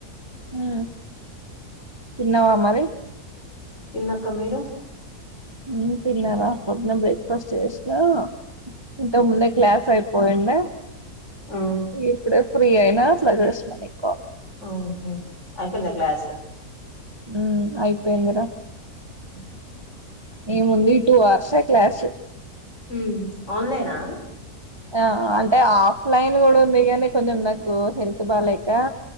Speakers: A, on the right; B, on the left.
A: ఆ తిన్నవా మరి
B: తిన్న అక్క మీరు
A: హు తిన్నారా పొదున్నే బ్రేక్ఫాస్ట్ చేసిన ఇంతకు ముందే క్లాస్ అయిపోయుండె
B: ఆ
A: ఇప్పుడు ఫ్రీ అయినా అట్లా చేస్తున్నా నీకు కాల్
B: ఔమ్మద్ అయిపోయిందా క్లాస్
A: ఉ అయిపోయిందిర
B: ఉ
A: ఎముంది టూ అవర్సే క్లాసు
B: ఉ ఆన్లైన్ ఆ
A: ఆ అంటే ఆఫ్ లైన్ గూడా ఉంది గానీ కొంచెం నాకు హెల్త్ బాలెక